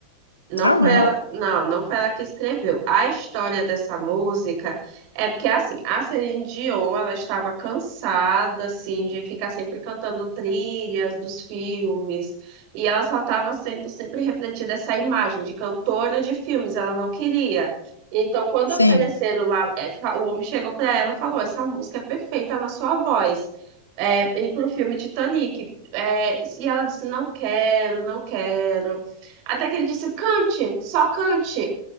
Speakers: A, on the right; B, on the left.
A: Não
B: Ah,
A: foi
B: não?
A: ela, não, não foi ela que escreveu. A história dessa música é porque assim, a Celine Dion, ela estava cansada assim de ficar sempre cantando trilhas dos filmes, e ela só estava sendo sempre refletida essa imagem de cantora de filmes, ela não queria. Então, quando
B: Sim.
A: ofereceram lá, é, fa- o homem chegou para ela e falou: "Essa música é perfeita na sua voz." É, e para o filme Titanic. É, e ela disse: Não quero, não quero. Até que ele disse: cante, só cante.